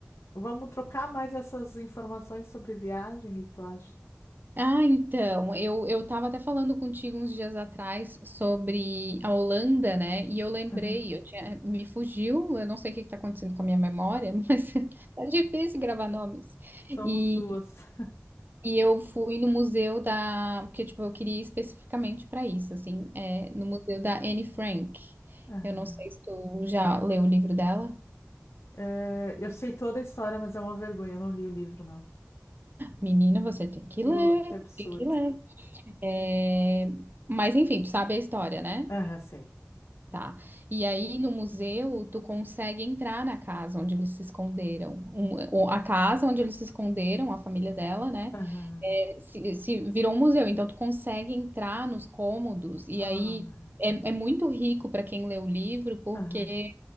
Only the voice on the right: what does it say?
Ah, então, eu, eu estava até falando contigo uns dias atrás sobre a Holanda, né? E eu lembrei,
eu tinha, eh, me fugiu, eu não sei o que está acontecendo com a minha memória, <laughs> mas é difícil gravar nomes.
E,
e eu fui no museu da, porque tipo, eu queria ir especificamente para isso, assim, é, no museu da Anne Frank.
Eu não sei se tu já leu o livro dela.
Menina, você tem que
ler,
tem que ler. É, Mas enfim, tu sabe a história, né?
Tá. E aí no museu tu consegue entrar na casa onde eles se esconderam. Um- ou a casa onde eles se esconderam, a família dela, né?
é, se, se virou um museu, então tu consegue entrar nos cômodos e
aí é, é muito rico para quem lê o livro, porque